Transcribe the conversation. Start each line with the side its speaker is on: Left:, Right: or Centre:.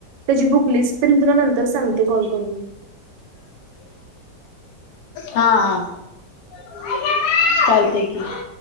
Right: त्याची बुकलिस्ट ते मी तुला नंतर सांगते कॉल करून.
Left: हा हा <unintelligible> चालते की.